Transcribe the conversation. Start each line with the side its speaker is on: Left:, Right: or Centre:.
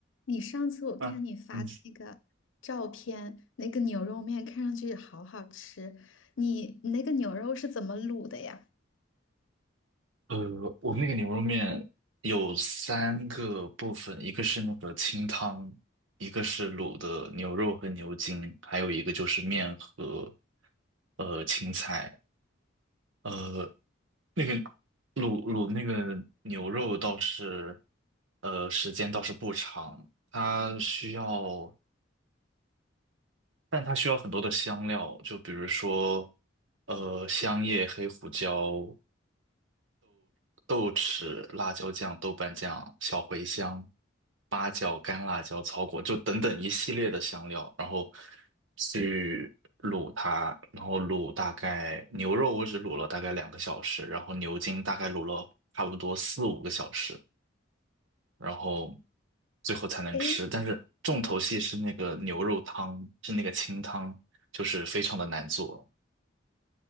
Left: 你上次我看你发的那个照片，
Right: 嗯嗯，
Left: 那个牛肉面看上去好好吃。你你那个牛肉是怎么卤的呀？
Right: 呃，我们那个牛肉面有三个部分，一个是那个清汤，一个是卤的牛肉和牛筋，还有一个就是面和呃青菜。呃，那个卤卤那个牛肉倒是，呃，时间倒是不长，它需要，但它需要很多的香料，就比如说，呃，香叶、黑胡椒。豆豉、辣椒酱、豆瓣酱、小茴香、八角、干辣椒、草果，就等等一系列的香料，然后去卤它，然后卤大概牛肉我只卤了大概两个小时，然后牛筋大概卤了差不多四五个小时，然后最后才能吃。
Left: 哎，
Right: 但是重头戏是那个牛肉汤，是那个清汤，就是非常的难做。